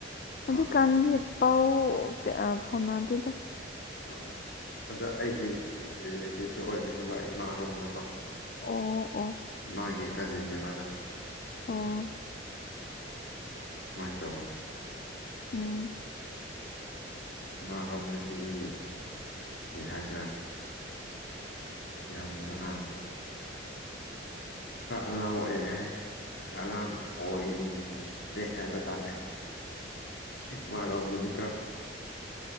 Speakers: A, on the left; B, on the left.
A: ꯑꯥ
B: ꯍꯧꯖꯤ
A: ꯑꯥ
B: ꯀꯥꯟꯗꯤ ꯄꯥꯎ ꯀꯌꯥ ꯐꯥꯎꯅꯥꯗꯦꯗ
A: ꯑꯣ ꯑꯗꯣ ꯑꯩꯒꯤ ꯔꯤꯂꯦꯇꯤꯞꯁꯨ ꯑꯣꯏꯕꯅꯦꯕ ꯏꯃꯥꯔꯣꯝꯗꯀꯣ
B: ꯑꯣ ꯑꯣ
A: ꯃꯥꯒꯤ ꯀꯖꯤꯟꯅꯦꯕꯗꯣ
B: ꯑꯣ
A: ꯃꯥꯏꯟ ꯇꯧꯕꯅꯦ
B: ꯎꯝ <unintelligible> <inaudible>
A: ꯏꯃꯥꯔꯣꯝꯗꯒꯤ ꯀꯩ ꯍꯥꯏꯁꯦꯔ ꯌꯥꯝꯅ ꯈꯔ ꯑꯉꯥꯡ ꯑꯣꯏꯔꯦ ꯍꯥꯏ ꯈꯔ ꯑꯉꯥꯡ ꯑꯣꯏꯔꯦ ꯍꯥꯏꯕ ꯇꯥꯔꯦ ꯃꯥꯔꯣꯝꯗꯨꯗꯤ ꯀꯣ